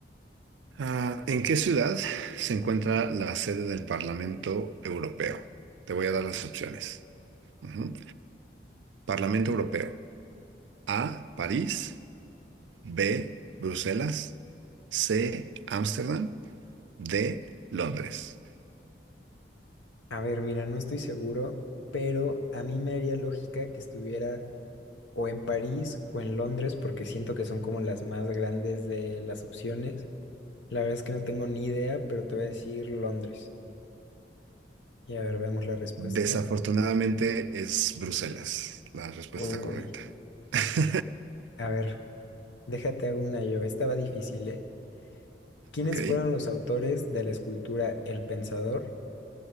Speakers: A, on the right; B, on the left.
A: Ah, ¿en qué ciudad se encuentra la sede del Parlamento Europeo? Te voy a dar las opciones. Ujú. Parlamento Europeo. A, París. B, Bruselas, C, Ámsterdam, D, Londres.
B: A ver, mira, no estoy seguro, pero a mí me haría lógica que estuviera o en París o en Londres, porque siento que son como las más grandes de las opciones. La verdad es que no tengo ni idea, pero te voy a decir Londres. Y a ver, veamos la respuesta.
A: Desafortunadamente es Bruselas la respuesta
B: Uy.
A: correcta. <laughs>
B: A ver, déjate hago una yo. Estaba difícil, ¿eh? ¿Quiénes
A: Ok.
B: fueron los autores de la escultura El Pensador?